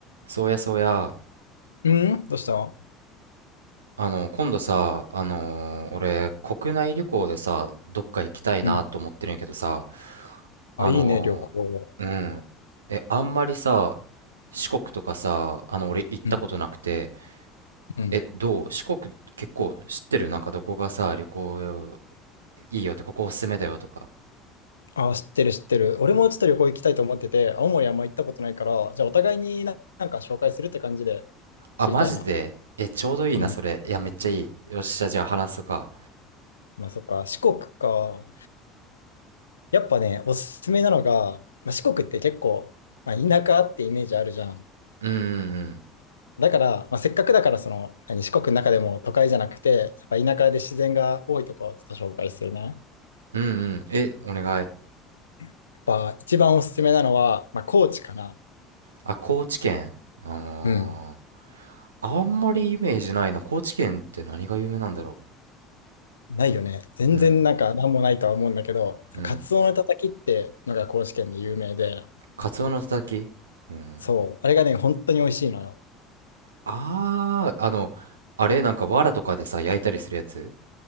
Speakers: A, on the right (about 85°); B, on the left (about 80°).
A: そうやそうや、
B: うんどうした
A: あの、今度さ、あのー俺、国内旅行でさ、どっか行きたいなと思ってるんやけどさ、
B: うん。あ、
A: あのーうん、
B: いいね、旅行。
A: え、あんまりさ、四国とかさ、あの、俺行ったことなくて、
B: うん。うん。
A: え、どう四国結構知ってるなんかどこがさ、旅行いいよって、ここおすすめだよとか。
B: あ、知ってる、知ってる。俺もちょっと旅行行きたいと思ってて、青森あんま行ったことないから、じゃあお互いにな、なんか紹介するって感じで
A: あ、
B: 知りたいな。
A: マジでえ、ちょうどいいな、
B: うん。
A: それ。いや、めっちゃいい。よっしゃ、じゃあ話そうか。
B: まあそっか、四国か。やっぱね、おすすめなのが、まあ、四国って結構、まあ、田舎ってイメージあるじゃん。
A: うんうん
B: だから、まあ、せっかくだからその、何、四国の中でも都会じゃなくて、やっぱ田舎で自然が多いとこをちょっと紹介するね。や
A: うん。うんうん。え、お願い。
B: っぱ一番おすすめなのは、まあ、高知かな。
A: あ、高知県。あー
B: うん。
A: あんまりイメージないな。高知県って何が有名なんだろ
B: ないよね。全然なんか何もないとは思うんだけど、
A: う。うん。うん。
B: カツオのたたきってのが高知県で有名で、
A: カツオのたたきうん。
B: そう、あれがね、本当に美味しいのよ。
A: あー、あの、あれなんか藁とかでさ、焼いたりするやつ